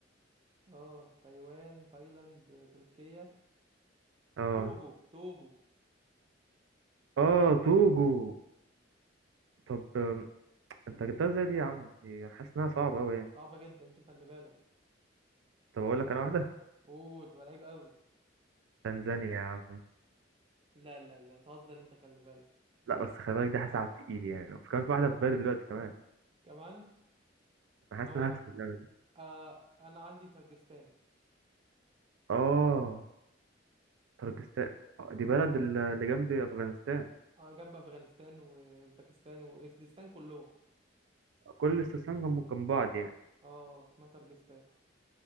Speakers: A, on the right; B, on the right.
A: اه تايوان تايلاند آه، تركيا
B: اه
A: توجو توجو
B: اه توجو طب آم، انت جبتها ازاي دي يا عم دي حاسس انها صعبة اوي يعني
A: صعبه جدا دي خلي بالك
B: طب اقول لك انا واحدة
A: اوه تبقى لعيب قوي
B: تنزانيا يا عم
A: لا لا لا بتهزر انت خلي بالك
B: لا بس خلي بالك دي حاسس على التقيل يعني وفي كمان في واحدة في بالي دلوقتي كمان
A: كمان
B: انا حاسس
A: هو
B: ان انا هكسب اللعبة دي
A: آه انا عندي ترجستان
B: اه طرجستان آه، دي بلد ال- اللي جنب افغانستان
A: آه جنب افغانستان واوزبكستان واسدستان كلهم
B: كل الاستسلام جنب جنب بعض يعني
A: اه اسمها ترجستان